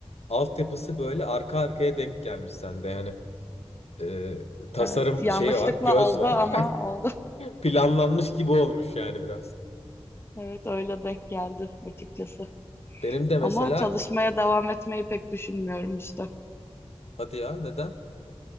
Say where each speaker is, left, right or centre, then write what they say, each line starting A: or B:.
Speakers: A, on the left; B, on the left.
A: altyapısı böyle arka arkaya denk gelmiş sende. Yani e, tasarım
B: Evet. Yanlışlıkla
A: şeyi var, göz
B: oldu
A: var.
B: ama oldu. <laughs>
A: Planlanmış gibi olmuş yani biraz.
B: Evet öyle denk geldi açıkçası.
A: Benim de mesela
B: Ama çalışmaya devam etmeyi pek düşünmüyorum işte.
A: hadi ya neden?